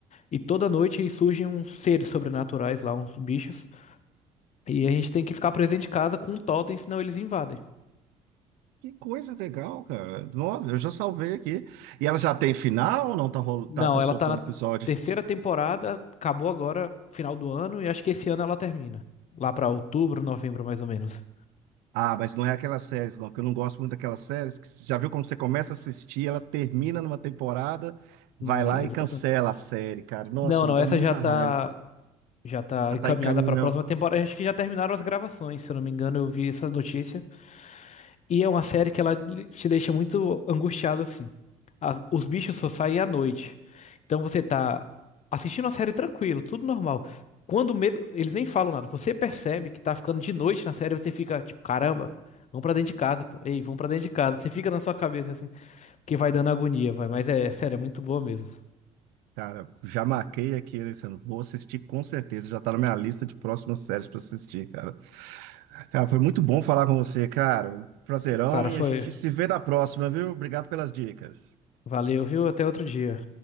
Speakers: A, on the left (about 50°); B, on the right (about 80°).
A: E toda noite surgem uns seres sobrenaturais lá, uns bichos. E a gente tem que ficar presente em casa com um totem, senão eles invadem.
B: que coisa legal, cara. Nossa, eu já salvei aqui. E ela já tem final ou não tá, rolo- tá,
A: Não,
B: tá soltando
A: ela tá na
B: episódio?
A: terceira temporada, acabou agora, final do ano, e acho que esse ano ela termina. Lá pra outubro, novembro, mais ou menos.
B: Ah, mas não é aquelas séries, não, que eu não gosto muito daquelas séries que já viu como você começa a assistir, ela termina numa temporada, vai
A: Sim,
B: lá
A: exato.
B: e cancela a série, cara. Nossa,
A: Não,
B: me
A: não,
B: dá
A: essa
B: muita
A: já tá.
B: raiva.
A: Já tá
B: Já
A: encaminhada
B: tá encaminhando.
A: pra próxima temporada. Acho que já terminaram as gravações, se eu não me engano, eu vi essa notícia. E é uma série que ela te deixa muito angustiado assim. As- os bichos só saem à noite. Então você tá assistindo a série tranquilo, tudo normal. Quando mesmo, eles nem falam nada. Você percebe que tá ficando de noite na série, você fica tipo, caramba, vamos pra dentro de casa, pô. Ei, vamos pra dentro de casa. Você fica na sua cabeça assim, porque vai dando agonia, vai. Mas é sério, é muito boa mesmo.
B: Cara, já marquei aqui, Alessandro. Vou assistir com certeza. Já tá na minha lista de próximas séries pra assistir, cara. Cara, foi muito bom falar com você, cara. Um Prazerão
A: Cara,
B: e
A: foi.
B: a gente se vê na próxima, viu? Obrigado pelas dicas.
A: Valeu, viu? Até outro dia.